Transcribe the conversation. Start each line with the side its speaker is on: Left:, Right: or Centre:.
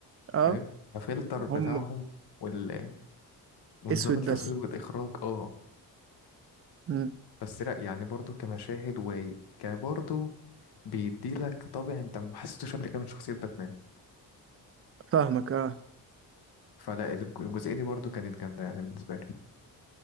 Right: اه
Left: فاهم الفلتر بتاعهم
Right: هم
Left: وال... ونظام
Right: اسود
Left: التصوير
Right: بس
Left: والإخراج اه
Right: مم.
Left: بس لأ يعني برضو كمشاهد وكبرضو بيديلك طابع انت ما حسيتوش قبل كده من شخصية باتمان
Right: فاهمك اه
Left: فلا الج- الجزئية دي برضو كانت جامدة يعني بالنسبة لي